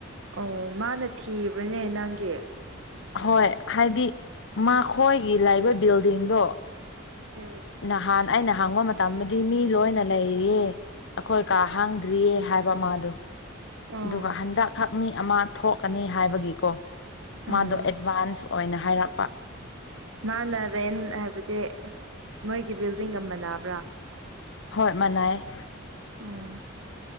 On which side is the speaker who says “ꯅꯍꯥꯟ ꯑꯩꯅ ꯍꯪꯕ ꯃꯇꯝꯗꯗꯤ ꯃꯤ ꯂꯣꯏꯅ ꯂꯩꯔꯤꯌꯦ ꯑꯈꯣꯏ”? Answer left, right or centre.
Left